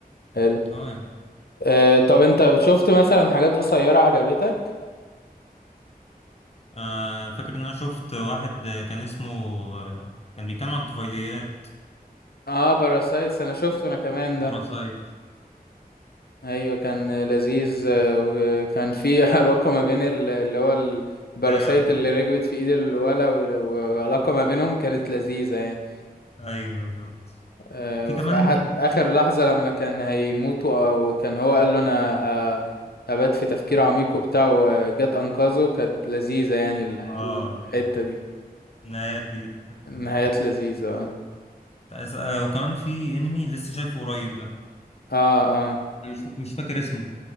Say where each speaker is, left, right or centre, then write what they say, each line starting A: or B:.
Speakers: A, on the left (about 80°); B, on the left (about 40°).
A: حلو
B: اه يعني
A: آه طب انت شفت مثلا حاجات قصيرة عجبتك
B: آه فاكر ان انا شفت واحد آه، كان اسمه آه كان بيتكلم عن الطفيليات
A: اه باراسايتس انا شفته انا كمان ده
B: براسايت
A: ايوه كان لذيذ آه، وكان في <laughs> علاقه ما بين ال- اللي هو الباراسايت
B: ايوه
A: اللي ركبت في ايد الولا وال- وعلاقه ما بينهم كانت لذيذه يعني
B: ايوه بالظبط
A: آه،
B: في
A: وفي
B: كمان
A: أح- اخر
B: في-
A: لحظه لما كان هيموتوا او كان هو قال له انا ه- هبات في تفكير عميق وبتاع وجت انقذه كانت لذيذه يعني الح-
B: اه
A: الحته دي
B: النهايات دي بت...
A: نهايات لذيذه اه
B: تأس- آه وكمان في انمي لسه شايفه قريب ده
A: اه اه
B: أنا مش مش فاكر اسمه